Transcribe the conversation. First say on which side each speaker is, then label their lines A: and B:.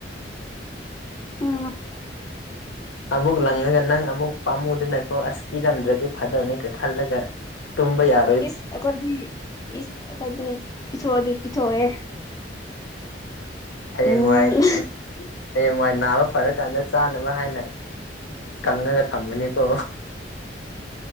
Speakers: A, on the left (about 20°); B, on the left (about 85°).
A: <unintelligible>
B: ꯑꯃꯨꯛ ꯂꯪꯉꯒ ꯅꯪ ꯑꯃꯨꯛ ꯄꯥꯝꯃꯨꯗꯅꯀꯣ ꯑꯁ ꯄꯤꯔꯝꯗ꯭ꯔꯗꯤ ꯐꯥꯗꯧꯅꯤꯒ ꯈꯜꯂꯒ ꯇꯨꯝꯕ ꯌꯥ
A: ꯏꯁ ꯑꯩꯈꯣꯏꯗꯤ ꯏꯁ ꯑꯩꯈꯣꯏꯗꯤ ꯄꯤꯊꯣꯛꯑꯗꯤ ꯄꯤꯊꯣꯛꯑꯦ
B: ꯍꯌꯦꯡꯋꯥꯏ
A: ꯎꯝ
B: ꯍꯌꯦꯡꯋꯥꯏ ꯅꯥꯕ ꯐꯔꯀꯥꯟꯗ ꯆꯥꯅꯕ ꯍꯥꯏꯅ ꯀꯪꯉꯒ ꯊꯝꯃꯅꯤꯀꯣ